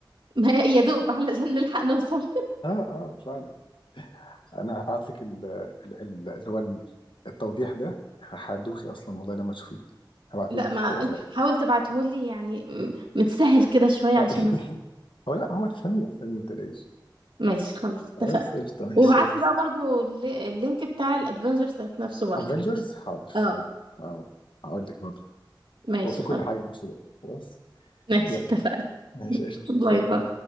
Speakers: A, on the right (about 80°); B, on the left (about 80°).
A: ما يا دوب علشان نلحق نوصل
B: <laughs> اه اه فعلا انا هبعت لك ال- ال- ال- اللي هو ال- التوضيح ده هدوخي اصلا والله لما تشوفيه هبعته
A: لا
B: لك
A: ما
B: دلوقتي
A: حاول تبعتهولي يعني م- متسهل كده شويه
B: آه.
A: علشان
B: <laughs>
A: ما-
B: هو لا هو تفهميه تفهميه ما تقلقيش
A: ماشي خلاص اتفقنا
B: خلاص قشطة ماشي
A: وابعت لي بقى برضو اللي- اللينك بتاع الادفنجرز نفسه برضو
B: افنجرز حاضر
A: اه
B: ماشي اه هقول لك برضه
A: ماشي
B: هو في
A: خلاص
B: كل حاجه بص ده خلاص
A: ماشي
B: يلا
A: اتفقنا
B: ماشي قشطة
A: باي
B: باي.
A: باي